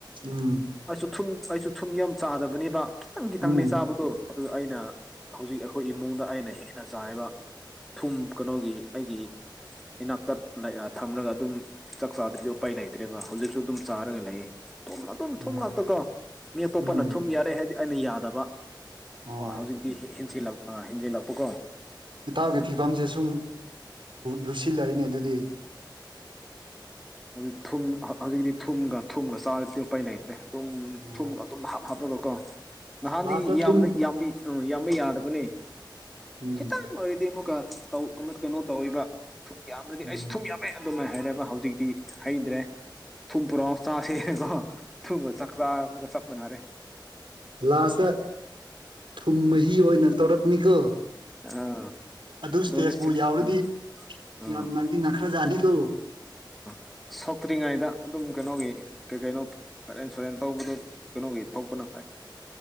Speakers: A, on the right; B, in the centre.
A: ꯎꯝ
B: ꯑꯩꯁꯨ ꯊꯨꯝ ꯑꯩꯁꯨ ꯊꯨꯝ ꯌꯥꯝ ꯆꯥꯗꯕꯅꯦꯕ ꯈꯤꯇꯪ ꯈꯤꯇꯪꯅꯦ
A: ꯎꯝ
B: ꯆꯥꯕꯗꯣ ꯑꯗꯨꯒ ꯑꯩꯅ ꯍꯧꯖꯤꯛ ꯑꯩꯈꯣꯏ ꯏꯃꯨꯡꯗ ꯑꯩꯅ ꯍꯦꯟꯅ ꯆꯥꯏꯕ ꯊꯨꯝ ꯀꯩꯅꯣꯒꯤ ꯍꯥꯏꯒꯤ ꯏꯅꯥꯛꯇ ꯊꯝꯔꯒ ꯑꯗꯨꯝ ꯆꯥꯛ ꯆꯥꯗ꯭ꯔꯗꯤ ꯎꯄꯥꯏ ꯂꯩꯇ꯭ꯔꯦꯕ ꯍꯧꯖꯤꯛꯁꯨ ꯑꯗꯨꯝ ꯆꯥꯔꯒ ꯂꯩ ꯊꯨꯝꯅ ꯑꯗꯨꯨꯝ ꯊꯨꯝ
A: ꯎꯝ
B: ꯉꯥꯛꯇꯀꯣ ꯃꯤ ꯑꯇꯣꯞꯄꯅ
A: ꯎꯝ
B: ꯊꯨꯝ ꯌꯥꯔꯦ ꯍꯥꯏꯗꯤ ꯑꯩꯅ ꯌꯥꯗꯕ
A: ꯑꯣ
B: ꯍꯧꯖꯤꯛꯇꯤ ꯍꯦꯟꯂꯛ ꯍꯦꯟꯖꯤꯜꯂꯛꯄꯀꯣ
A: ꯏꯇꯥꯎꯒꯤ ꯐꯤꯕꯝꯁꯦ ꯁꯨꯝ ꯂꯨꯁꯤꯜꯂꯛꯏꯅꯦ ꯑꯗꯨꯗꯤ
B: ꯍꯧꯖꯤꯛꯇ ꯊꯨꯝ ꯍꯧꯖꯤꯛꯇꯤ ꯊꯨꯝꯒ ꯊꯨꯝꯒ ꯆꯥꯔꯗꯤ ꯎꯄꯩ ꯂꯩꯩꯇ꯭ꯔꯦ ꯑꯗꯨꯝ
A: ꯑꯣ
B: ꯊꯨꯝ ꯑꯗꯨꯝ ꯍꯥꯞꯂꯒꯣ ꯀꯣ ꯅꯍꯥꯟꯗꯤ
A: ꯂꯥꯁꯇ
B: ꯏꯕ
A: ꯊꯨꯝ
B: ꯌꯥꯝꯕꯤ ꯑ ꯌꯥꯝꯕ ꯌꯥꯗꯕꯅꯦ
A: ꯎꯝ
B: ꯈꯤꯇꯪ ꯑꯣꯏꯔꯗꯤ ꯑꯃꯨꯛꯀ ꯀꯩꯅꯣ ꯇꯧꯕ ꯊꯨꯝ ꯌꯥꯝ꯭ꯔꯗꯤ
A: ꯎꯝ
B: ꯑꯩꯁ ꯊꯨꯝ ꯌꯥꯝꯃꯦ ꯑꯗꯨꯝꯃꯦ ꯍꯩꯔꯕ ꯍꯧꯖꯤꯛꯇꯤ ꯍꯩꯇ꯭ꯔꯦ ꯊꯨꯝ ꯄꯨꯔꯛꯑꯣ ꯆꯥꯁꯦꯔꯦꯀꯣ ꯊꯨꯡ ꯆꯥꯛ ꯆ ꯀ ꯆꯞ ꯃꯅꯔꯦ
A: ꯂꯥꯁꯇ ꯊꯨꯝ ꯃꯍꯤ ꯑꯣꯏꯅ ꯇꯧꯔꯛꯅꯤꯀꯣ
B: ꯑꯥ
A: ꯑꯗꯨ ꯏꯁꯇꯦꯖꯄꯨ
B: ꯑꯗꯨꯅꯦ ꯁꯤꯛꯁ
A: ꯌꯥꯎꯔꯗꯤ
B: ꯑꯥ
A: ꯌꯥꯝ
B: ꯑꯥ
A: ꯅꯪꯗꯤ ꯅꯛꯈ꯭ꯔꯖꯥꯠꯅꯤꯀꯣ
B: ꯁꯛ ꯐꯠꯇ꯭ꯔꯤꯉꯩꯗ ꯑꯗꯨꯝ ꯀꯩꯅꯣꯒꯤ ꯀꯩ ꯀꯩꯅꯣ ꯏꯟꯁꯨꯔꯦꯟꯁ ꯇꯧꯕꯗꯨ ꯀꯩꯅꯣꯒꯤ ꯇꯄꯅ ꯐꯥꯏ